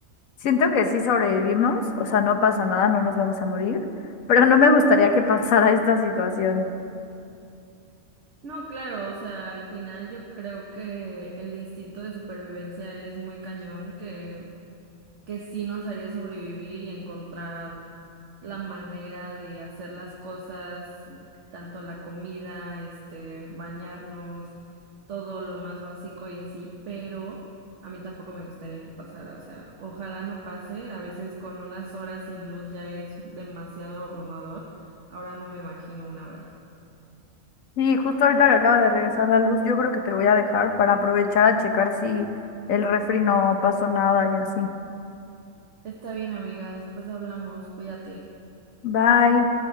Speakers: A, on the left; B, on the right.
A: siento que sí sobrevivimos, o sea, no pasa nada, no nos vamos a morir, <laughs> pero no me gustaría que pasara esta situación.
B: No, claro, o sea, al final yo creo que el instinto de supervivencia es muy cañón, que que sí nos haría sobrevivir y encontrar la manera de hacer las cosas, tanto la comida, este, bañarnos, todo lo más básico y así, pero a mí tampoco me gustaría que pasara, o sea, ojalá no pase, a veces con unas horas sin luz ya es demasiado abrumador, ahora no me imagino una hora.
A: Y justo ahorita que acaba de regresar la luz, yo creo que te voy a dejar para aprovechar a checar si el refri no pasó nada y así.
B: Está bien, amiga, después hablamos, cuídate.
A: Bye.